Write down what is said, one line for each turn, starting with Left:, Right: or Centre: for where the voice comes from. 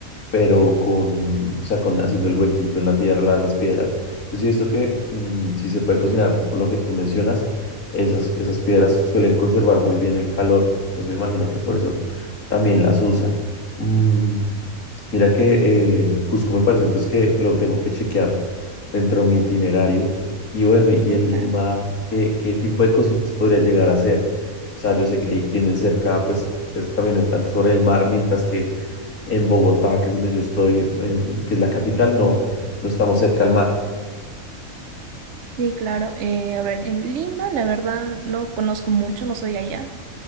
Left: pero con, o sea, con haciendo el huequito en la tierra, la- las piedras. Entonces he visto que mm, si se puede cocinar, por lo que tú mencionas, esas, esas piedras suelen conservar muy bien el calor. Entonces me imagino que por eso también las usan. Mm, mira que eh, Cusco me parece entonces que lo tengo que chequear dentro de mi itinerario. Y bueno, y
Right: Sí,
Left: en
Right: claro.
Left: Lima, ¿qué, qué tipo de cositas podría llegar a hacer? O sea, yo sé que ahí tienen cerca, pues ustedes también están sobre el mar, mientras que en Bogotá, que es donde yo estoy, en- que es la capital, no, no estamos cerca al mar.
Right: Sí, claro. Eh, a ver, en Lima, la verdad, no conozco mucho, no soy allá,